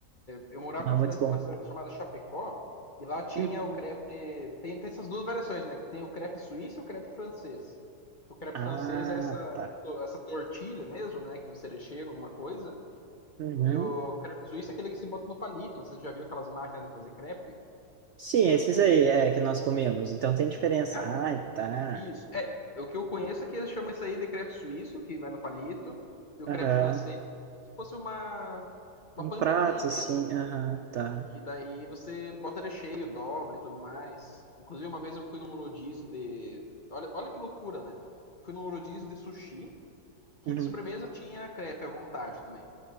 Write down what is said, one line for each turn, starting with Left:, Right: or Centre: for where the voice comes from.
Left: Eu morava
Right: Mas
Left: numa cidade,
Right: muito bom.
Left: numa cidade chamada Chapecó, e lá tinha
Right: Uhum.
Left: o crepe. Tem, tem essas duas variações, né? Que tem o crepe suíço e o crepe francês. O crepe
Right: Ah,
Left: francês é essa,
Right: pá.
Left: essa tortilha mesmo, né? Que você recheia com alguma coisa.
Right: Uhum.
Left: E o crepe suíço é aquele que se bota no palito. Não sei se você já viu aquelas máquinas de fazer crepe.
Right: Sim,
Left: Que você.
Right: esses aí é que nós comíamos. Então tem diferença.
Left: Ah,
Right: Ai, tá.
Left: isso. É, o que eu conheço é que eles chamam isso aí de crepe suíço, que vai no palito. E o
Right: Aham.
Left: crepe francês é como se fosse uma, uma
Right: No
Left: panquequinha
Right: prato,
Left: mesmo.
Right: sim. Aham, tá.
Left: E daí você bota recheio, dobra e tudo mais. Inclusive, uma vez eu fui num rodízio de. Olha, olha que loucura, né? Eu fui num rodízio de sushi, que
Right: Uhum.
Left: de sobremesa tinha crepe à vontade também.